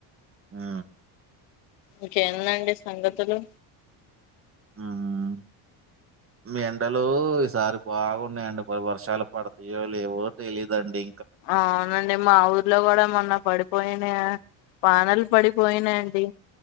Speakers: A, on the right; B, on the left.
A: ఆ
B: ఇంక ఎందడి సంఘతులు
A: హ్మ్. మీ ఎండలు ఈసారి బాగున్నాయండి వర్షాలు పడతాయో లేవో తెలిదండి
B: అవునండి మా ఊర్లో కూడా మొన్న పడిపోయిన వానలు పడిపోయి అండి